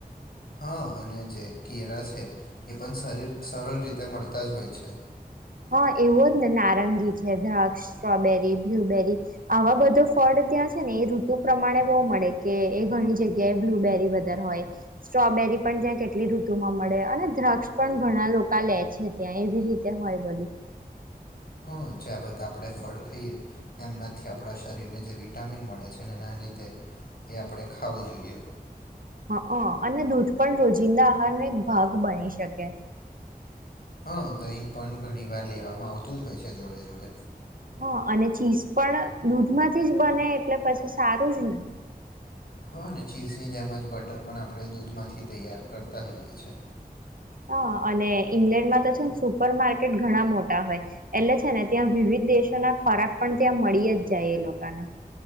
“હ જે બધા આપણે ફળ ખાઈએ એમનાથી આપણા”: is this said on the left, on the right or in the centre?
Left